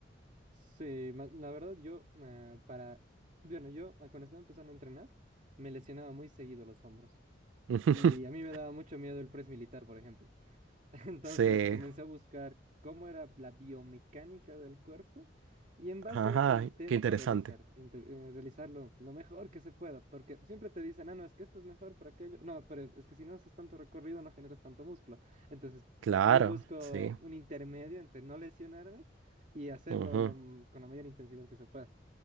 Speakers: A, on the right (about 40°); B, on the right (about 85°).
A: Sí, ma- la verdad, yo eh, para. Bueno, yo ah, cuando estaba empezando a entrenar, me lesionaba muy seguido los hombros.
B: <laughs>
A: Y a mí me daba mucho miedo el press militar, por ejemplo. <laughs> Entonces
B: Sí,
A: comencé a buscar cómo era la biomecánica del cuerpo y en base
B: ajá,
A: a eso intento
B: qué interesante.
A: realizar, inte- eh, realizarlo lo mejor que se pueda, porque siempre te dicen, ah, no, es que esto es mejor para aquello. No, pero es que si no haces tanto recorrido no generas tanto músculo. Entonces
B: Claro,
A: yo busco
B: sí.
A: un intermedio entre no lesionarme y hacerlo
B: ujú.
A: lo m- con la mayor intensidad que se pueda.